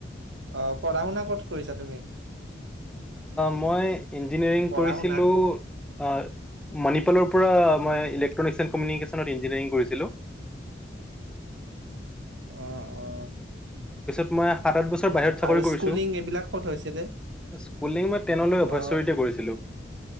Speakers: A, on the right; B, in the centre.
A: অ পঢ়া শুনা কত কৰিছা তুমি?
B: মই ইঞ্জিনিয়াৰিং
A: পঢ়া
B: কৰিছিলোঁ
A: শুনা
B: মণিপ ফালৰপৰা মই ইলেকট্ৰনিক্স এন কমিউনিকেশ্যনত ইঞ্জিনিয়াৰিং কৰিছিলো
A: অ অ
B: মই সাত আঠ বছৰ
A: অ
B: বাহিৰত চাকৰি
A: আৰু
B: কৰিছোঁ,
A: স্কুলিং এইবিলাক ক'ত হৈছিলে
B: স্কুলিং মই টেনলৈ অভয়সৰিতে
A: অ
B: কৰিছিলোঁ।